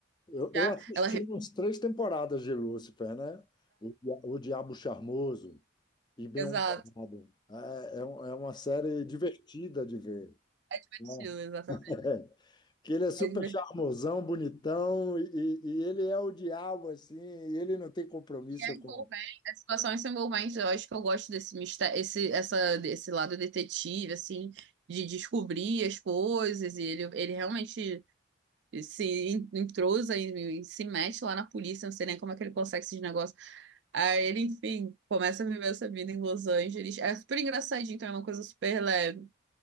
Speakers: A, on the left; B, on the right.
A: Eu, eu
B: já.
A: assisti
B: Ela,
A: uns três temporadas de Lúcifer, né? O, Dia- o Diabo Charmoso e Bem-Humorado.
B: exato.
A: É, é, um- é uma série divertida de ver.
B: É divertido,
A: né?
B: exatamente.
A: <laughs> Que ele é super
B: É
A: charmosão, bonitão, e, e ele é o diabo, assim, e ele não tem compromisso
B: E é envolvente,
A: com.
B: as situações são envolventes. Eu acho que eu gosto desse mistério, esse, essa, desse lado detetive, assim, de descobrir as coisas. E ele, ele realmente se en- entrosa e, e se mete lá na polícia. Não sei nem como é que ele consegue esses negócios. Aí ele, enfim, começa a viver essa vida em Los Angeles. É super engraçadinho, então é uma coisa super leve.